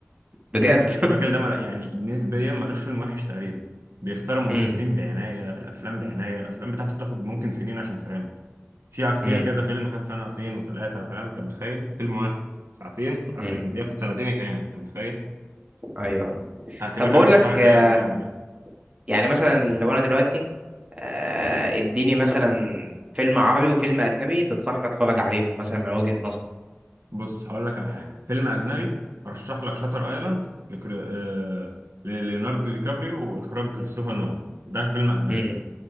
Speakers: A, on the right; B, on the right.
A: بجد
B: الراجل الراجل ده مل- يعني نسبيا ملوش فيلم وحش تقريبا بيختار ممثلين
A: <laughs> امم
B: بعناية الأفلام بعناية الأفلام بتاعته بتاخد ممكن سنين عشان تتعمل فيها فيها
A: امم
B: كذا فيلم خد سنتين وثلاثة فاهم أنت متخيل فيلم واحد ساعتين عشان
A: امم
B: ياخد سنتين يتعمل أنت متخيل
A: ايوه
B: هعتبرني
A: طب بقول
B: برشح
A: لك
B: لك
A: آه،
B: أي أفلامه يعني
A: يعني مثلا لو انا دلوقتي آه، اديني مثلا فيلم عربي وفيلم اجنبي تنصحني اتفرج عليهم مثلا من وجهة نظرك
B: بص هقول لك على حاجة فيلم أجنبي أرشح لك شاتر أيلاند لكري... آه... لليوناردو دي كابريو وإخراج كريستوفر نولان ده فيلم أجنبي
A: امم